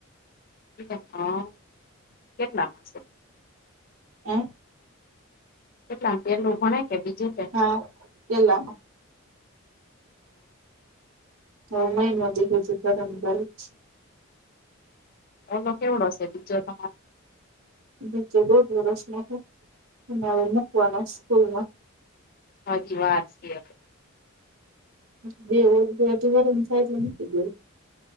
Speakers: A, on the left; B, on the right.
A: <unintelligible> કેટલામાં છે?
B: <inaudible>
A: કેટલામાં પેલું ભણે કે બીજું કે?
B: હા પેલામાં <unintelligible>
A: એનો કેવો હશે બીજો તમારે
B: નીચે દોઢ વર્ષનો મૂકવાના સ્કૂલમાં.
A: હજી વાર છે.
B: <unintelligible> મુકી દેવું.